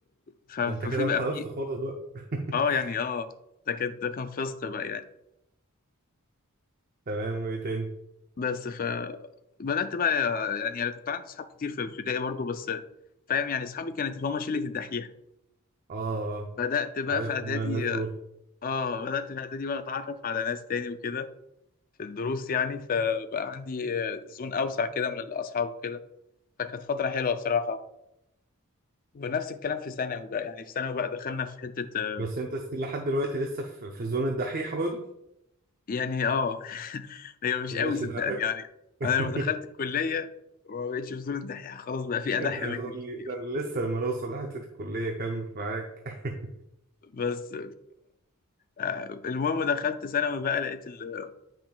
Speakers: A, on the left (about 40°); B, on the right (about 40°).
A: ف- ففي
B: ده انت كده
A: بقى
B: انحرفت
A: في
B: خالص بقى <laughs>
A: اه يعني اه ده كان ده كان فسق بقى يعني
B: تمام وايه تاني؟
A: بس ف بدأت بقى يعني انا كنت عندي اصحاب كتير في ابتدائي برضو بس فاهم يعني اصحابي كانت اللي هما شلة الدحيحة
B: اه اه
A: بدأت بقى
B: عارفهم
A: في اعدادي
B: انا الناس دول
A: اه بدأت في اعدادي بقى اتعرف على ناس تاني وكده في الدروس يعني فبقى عندي آه، زون اوسع كده من الاصحاب وكده فكانت فترة حلوة بصراحة ونفس الكلام في ثانوي بقى يعني في ثانوي بقى دخلنا في حتة آه،
B: بس انت ستيل لحد دلوقتي لسه في, في زون الدحيحة برضه
A: يعني اه <laughs> هي مش
B: ماشي
A: قوي صدقني
B: ده حلو
A: يعني
B: <laughs>
A: انا لما دخلت الكلية ما بقتش في زون الدحيحة خلاص بقى في ادح
B: انت هتقول
A: مني بكتير
B: لي ده أنا لسه لما نوصل لحتة الكلية كمل معاك <laughs>
A: بس آه، المهم دخلت ثانوي بقى لقيت ال-